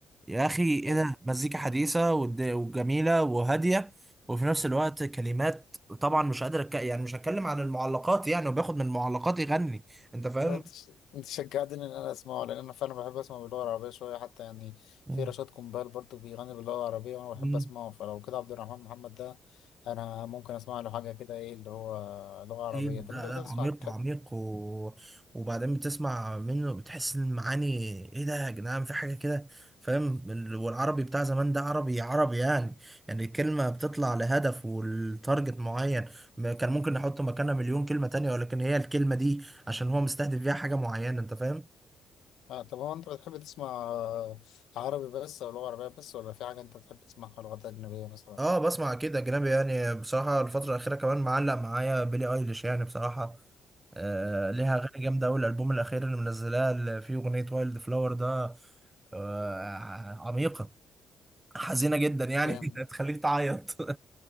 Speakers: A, on the right; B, on the left.
A: يا اخي ايه
B: حلو
A: ده مزيكا حديثة والد- وجميلة وهادية وفي نفس الوقت كلمات طبعا مش قادر أتك... يعني مش هتكلم عن المعلقات يعني وبياخد من المعلقات يغني انت فاهم؟
B: لا تش... انت شجعتني ان انا اسمعه لان انا فعلا بحب اسمع باللغه العربيه شويه حتى يعني
A: أه.
B: في رشاد كومبال برضو بيغني باللغه العربيه وانا بحب
A: مم.
B: اسمعه فلو كده عبد الرحمن محمد ده انا ممكن اسمع له حاجه كده ايه اللي هو لغه عربيه
A: أكيد
B: طب
A: لا
B: انت بتسمع
A: لا عميق
B: بتحب...
A: عميق و... وبعدين بتسمع منه بتحس ان المعاني ايه ده يا جدعان في حاجه كده فاهم ال- والعربي بتاع زمان ده عربي عربي يعني يعني الكلمه بتطلع لهدف والتارجت معين ما كان ممكن نحط مكانها مليون كلمه تانية ولكن هي الكلمه دي عشان هو مستهدف بيها حاجه معينه انت فاهم
B: آه، طب هو انت بتحب تسمع آه، عربي بس او لغه عربيه بس ولا في حاجه انت بتحب تسمعها لغات اجنبيه مثلا
A: اه بسمع كده اجنبي يعني بصراحه الفتره الاخيره كمان معلق معايا بيلي ايليش يعني بصراحه آه ليها اغاني جامده قوي الالبوم الاخير اللي منزلاه اللي فيه اغنيه وايلد فلاور ده آه عميقه حزينه جدا يعني
B: امم
A: <laughs> تخليك تعيط